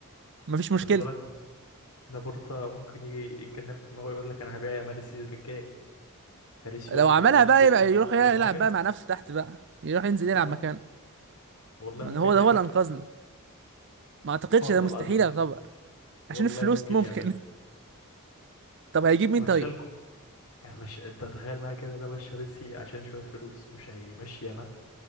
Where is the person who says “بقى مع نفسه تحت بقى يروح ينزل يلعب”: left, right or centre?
Right